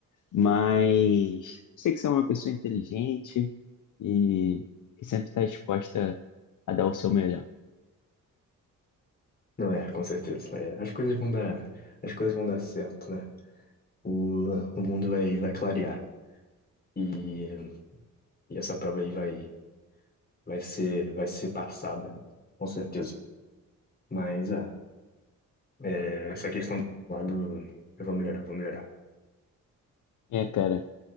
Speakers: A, on the left; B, on the left.
A: Mas sei que você é uma pessoa inteligente, e que sempre está disposta a dar o seu melhor.
B: Não é, com certeza. é. As coisas vão dar, as coisas vão dar certo, né? O, o mundo vai, vai clarear. E, e essa prova aí vai, vai ser, vai ser passada, com certeza. Mas é, é, essa questão do lado, eu vou melhorar, vou melhorar.
A: É, cara,